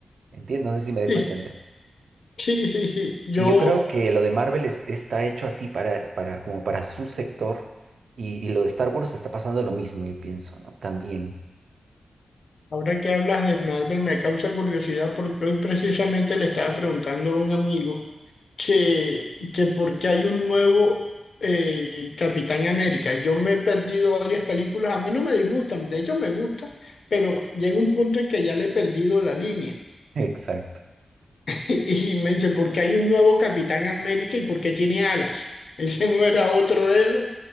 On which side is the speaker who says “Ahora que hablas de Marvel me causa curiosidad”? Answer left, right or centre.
Left